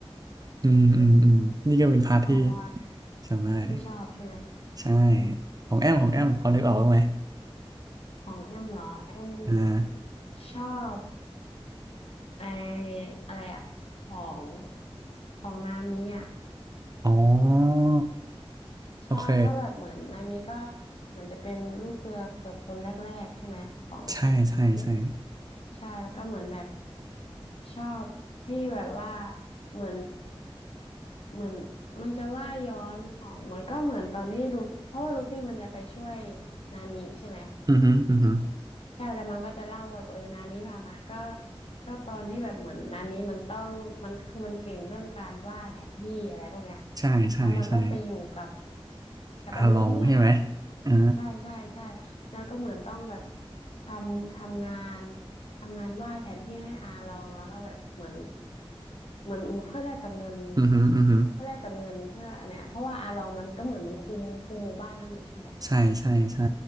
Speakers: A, on the right; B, on the left.
A: อืมอืมอืมนี่ก็เป็นพาร์ทที่
B: เออเพราะว่า
A: จำได้เลย
B: ที่ชอบใช่ไหม
A: ใช่ของแอมของแอมพอนึกออกบ้างไหม
B: ของแอมเหรอแอม
A: อ่า
B: ชอบไออะไรอะของของนามิอะ
A: อ๋อโอเค
B: ใช่เพราะแบบเหมือนนายมิก็เหมือนจะเป็นลูกเรือเกือบคนแรกๆใช่ไหมของของเนี่ย
A: ใช่ใช่ใช่
B: ใช่แล้วก็เหมือนแบบชอบที่แบบว่าเหมือนเหมือนมันจะว่าย้อนของเหมือนก็เหมือนตอนที่ลูฟเพราะว่าลูฟี่มันจะไปช่วยนามิใช่ไหม
A: อือฮึอือฮึ
B: ใช่แล้วมันก็จะเล่าแบบเออนามิพามาก็ก็ตอนที่แบบเหมือนนามิมันต้องมันคือมันเก่งเรื่องการวาดแผนที่อะไรพวกเนี้ย
A: ใช่ใช่ใช่
B: แล้วมันต้องไปอยู่กับกับไอ้มนุษย์เงือกอ่ะ
A: อาลองใช่ไหมอ่า
B: ใช่ใช่ใช่แล้วก็เหมือนต้องแบบทำทำงานทำงานวาดแผนที่ให้อาลองแล้วก็แบบเหมือนเหมือนเพื่อแลกกับเงิน
A: อือฮึอือฮึ
B: เพื่อแลกกับเงินเพื่ออันเนี้ยเพราะว่าอาลองมันก็เหมือนมันคุมคุมหมู่บ้านนั้นอยู่ใช่ไหม
A: ใช่ใช่ใช่